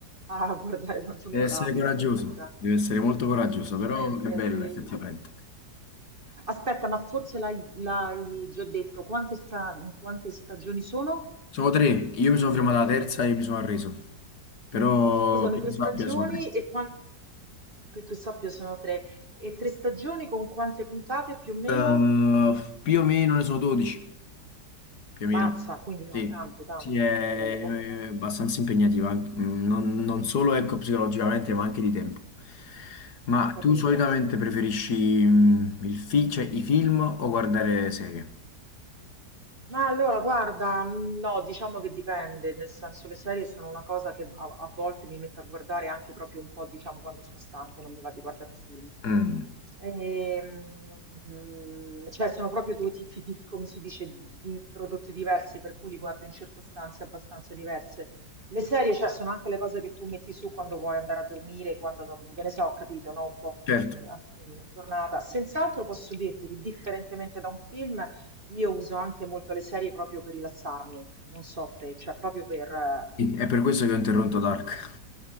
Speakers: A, on the right; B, on the left.
A: a guardare quantomeno
B: deve essere
A: la prima
B: coraggioso,
A: puntata.
B: deve essere molto coraggioso,
A: Decisamente.
B: però è bella
A: de-
B: effettivamente.
A: Aspetta, ma forse l'hai l'hai già detto, quante sta- quante stagioni sono?
B: Sono tre, io mi sono fermato alla terza e mi sono arreso, però
A: Scusami,
B: che
A: tre
B: io sappia
A: stagioni
B: sono tre.
A: e quanto che tu sappia sono tre. E tre stagioni con quante puntate più o meno?
B: Eh, più o meno ne sono 12, più
A: Mazza,
B: o meno.
A: quindi no,
B: Sì,
A: tanto, tanto.
B: sì, è,
A: Ok, ok,
B: è abbastanza impegnativa, anche- mm, non, non solo ecco, psicologicamente, ma anche di tempo. Ma
A: ho capito.
B: tu solitamente preferisci mm, il fi- cioè, i film o guardare serie?
A: Ma allora, guarda, mh, no, diciamo che dipende, nel senso le serie sono una cosa che a, a volte mi metto a guardare anche proprio un po', diciamo, quando sono stanca e non mi va di guardare un film.
B: Mm,
A: Ehm, mm, cioè, sono proprio due tipi di, come si dice, di prodotti diversi, per cui li guardo in circostanze abbastanza diverse. Le serie, cioè, sono anche le cose che tu metti su quando vuoi andare a dormire, quando non, che ne so, ho capito, no? Un po' a
B: certo,
A: fi- a fine giornata. Sent'altro posso dirti che, differentemente da un film, io uso anche molto le serie proprio per rilassarmi, non so te, cioè proprio per... eh,
B: Sì, è per questo che ho interrotto Dark.